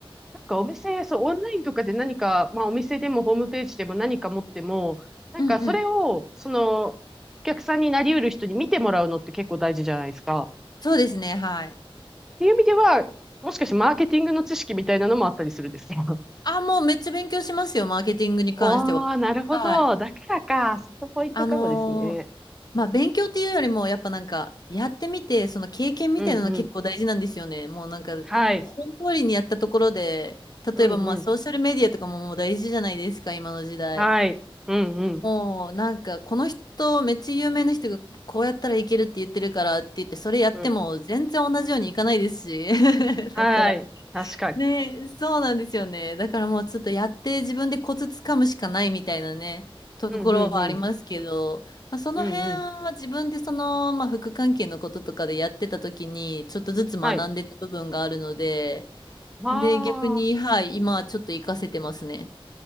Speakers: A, in the centre; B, on the left.
A: なんかお店、そう、オンラインとかで何か、まあお店でもホームページでも何か持っても、なんかそれを、
B: うんうん。
A: その、お客さんになりうる人に見てもらうのって結構大事じゃないですか。
B: そうですね、はい。
A: っていう意味では、もしかしてマーケティングの知識みたいなのもあったりするんですよ。<laughs>
B: あ、もうめっちゃ勉強しますよ、マーケティングに関しては。
A: おー、なるほど。
B: はい。
A: だからか。そこポイントかもですね。
B: あのーまあ、勉強っていうよりも、やっぱなんか、やってみて、その経験みたいなの結構大事なんですよね。
A: うんうん。
B: もうなんか、
A: はい。
B: 本通りにやったところで、例えばまあ、
A: うんうん。
B: ソーシャルメディアとかももう大事じゃないですか、今の時代。
A: はい。うんうん。
B: もうなんかこの人めっちゃ有名な人がこうやったらいけるって言ってるからって言ってそれやっても全然同じようにいかないですし
A: うん。
B: <laughs>
A: はい。
B: だから
A: 確かに。
B: ねそうなんですよねだからもうちょっとやって自分でコツつかむしかないみたいなねところはありますけど、
A: うんうんうん。
B: まあ、その辺は自分でその、
A: うんうん。
B: まあ、副関係のこととかでやってた時にちょっとずつ学んでた部分があるので
A: はい。わあ。
B: で逆にはい今はちょっと活かせてますね